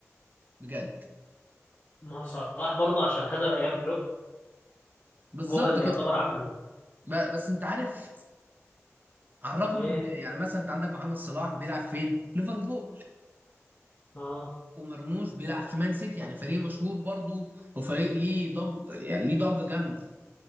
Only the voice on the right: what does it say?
بجد
بالظبط
كده
ب... بس انت عارف على الرغم
من يعني مثلا انت عندك محمد صلاح بيلعب فين ليفربول
ومرموش بيلعب في مان سيتي يعني فريق مشهور برضو وفريق ليه ضج يعني ليه ضجه جامده